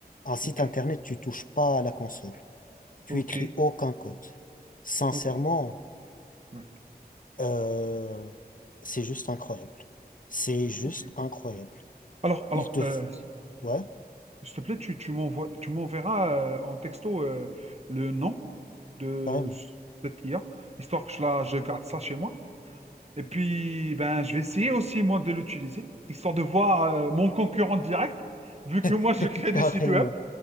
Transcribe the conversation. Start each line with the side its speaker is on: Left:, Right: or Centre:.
Left: un site
Right: ok,
Left: internet, tu touches pas à la console. Tu
Right: ok,
Left: écris aucun code. Sincèrement,
Right: ok. ouais,
Left: euh, c'est juste incroyable. C'est juste
Right: ok.
Left: incroyable.
Right: Alors, alors,
Left: Il te...
Right: euh,
Left: f- Ouais,
Right: s'il te plaît, tu, tu m'envoies, tu m'enverras euh, en texto euh, le nom de
Left: carrément.
Right: cette IA, histoire que je, la, je garde ça chez moi. Et puis, ben, je vais essayer aussi, moi, de l'utiliser, histoire de voir euh, mon concurrent direct, vu que moi,
Left: <laughs>
Right: je crée des
Left: Carrément,
Right: sites web.